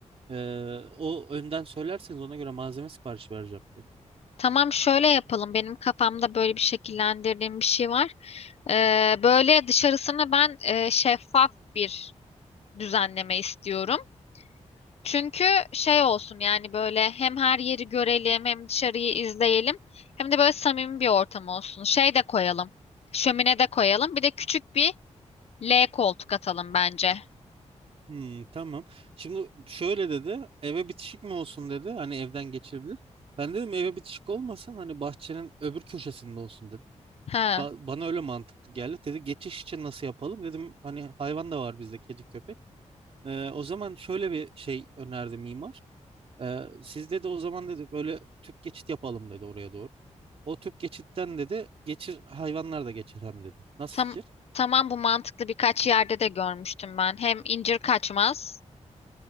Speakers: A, on the right; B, on the left.
A: eee, o önden söylerseniz ona göre malzeme siparişi vereceğim diyor.
B: Tamam şöyle yapalım. Benim kafamda böyle bir şekillendirdiğim bir şey var. Ee, böyle dışarısını ben e, şeffaf bir düzenleme istiyorum. Çünkü şey olsun yani böyle hem her yeri görelim hem dışarıyı izleyelim hem de böyle samimi bir ortam olsun. Şey de koyalım. Şömine de koyalım. Bir de küçük bir L koltuk atalım bence.
A: Hmm, tamam. Şimdi şöyle dedi. Eve bitişik mi olsun dedi. Hani evden geçebilir. Ben dedim eve bitişik olmasın. Hani bahçenin öbür köşesinde olsun dedi.
B: Ha,
A: Ba- bana öyle mantıklı geldi. Dedi geçiş için nasıl yapalım? Dedim hani hayvan da var bizde kedi köpek. Eee, o zaman şöyle bir şey önerdi mimar. Ee, siz dedi o zaman dedi böyle tüp geçit yapalım dedi oraya doğru. O tüp geçitten dedi geçir hayvanlar da geçer hem dedi. Nasıl
B: tam,
A: fikir?
B: tamam bu mantıklı birkaç yerde de görmüştüm ben. Hem incir kaçmaz.